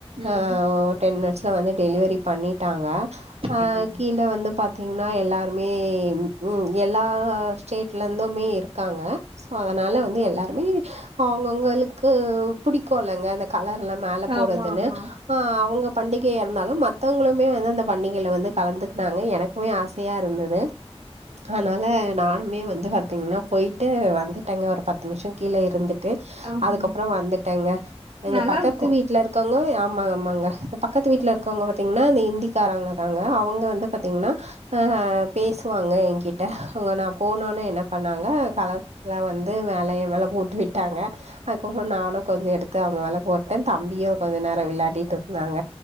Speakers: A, on the right; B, on the right.
A: ம்
B: அ டென் மினிட்ஸ்ல வந்து டெலிவரி பண்ணிட்டாங்க ஆ
A: அப்டிங்க
B: கீழ வந்து பா த்தீங்கன்னா எல்லாருமே ம் ம் எல்லா ஸ்டேட் ல இருந்துமே இருக்காங்க சோ அதனால வந்து எல்லாருமே அவங்கவங்களுக்கு புடிப் போலங்க அந்த கலர் எல்லா மேல போடுறதுன்னு
A: ஆமா ஆமா
B: ஆ அவங்க பண்டிகைய இருந்தாலு மத்தவங்களுமே வந்து அந்த பண்டிகையில வந்து கலந்துக்கனாங்க எனக்குமே ஆசையா இருந்தது அதனால நானுமே வந்து பாத்தீங்கன்னா போயிட்டு வந்துட்டேங்க ஒரு பத்து நிமிஷம் கீழ இருந்து ட்டு
A: ஆம்
B: அதுக்கப்புறம் வந்துட்டேங்க எங்க
A: நல்லா
B: பக்கத்து
A: இருக்கு
B: வீட்டுல இருக்கவங்க <unintelligible> ஆமா ஆமாங்க ஆமாங்க இந்த பக்கத்து வீட்டுல இருக்கவங்க பாத்தீங்கன்னா அந்த கிந்திக்காராங்க தாங்க அவங்க வந்து பாத்தீங்கன்னா ஆ பேசுவாங்க என்கிட்ட அவங்க நா போனோனே என் என்ன பண்ணாங்க கலர்ல வந்து வேலைய மேல போட்டு விட்டாங்க அதுக்கப்புறம் நானும் கொஞ்சொ எடுத்து அவங்க மேல போட்டேன் தம்பியும் கொஞ்சொ நேரம் வெளையாட்டிட்டு இருந்தாங்க